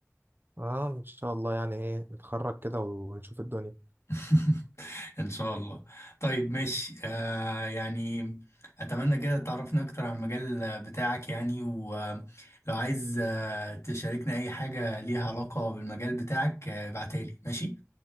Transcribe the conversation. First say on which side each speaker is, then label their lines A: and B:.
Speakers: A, on the right (about 40°); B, on the left (about 55°).
A: آه، إن شاء الله يعني إيه نتخرج كده ونشوف الدنيا
B: <laughs> ان شاء الله طيب ماشي آه يعني اتمنى كده تعرفنا اكتر عن المجال بتاعك يعني ولو عايز آه، تشاركنا اي حاجة ليها علاقة بالمجال بتاعك آه، ابعتها لي ماشي